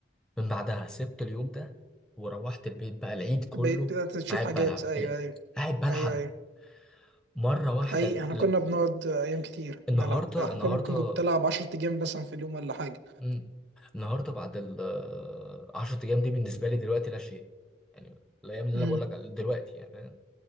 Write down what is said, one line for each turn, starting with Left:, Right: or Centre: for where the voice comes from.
Centre: من بعدها سبت اليوم ده وروحت البيت بقى العيد كله
Right: بقيت بدأت تشوف
Centre: قاعد
Right: حاجات
Centre: بلعب
Right: ايوه ايوه
Centre: قاعد بلعب
Right: ايوه ايوه
Centre: مرة واحدة
Right: حقيقي احنا كنا بنقعد ايام كتير
Centre: النهارده
Right: بنلعب حرفيا
Centre: النهارده
Right: ممكن كنت العب 10 جيم مثلا في اليوم ولا حاجه
Centre: مم. النهارده بعد ال 10 ايام دي بالنسبه لي دلوقتي لا شيء يعني الايام اللي
Right: امم
Centre: انا بقول لك على- دلوقتي يعني فاهم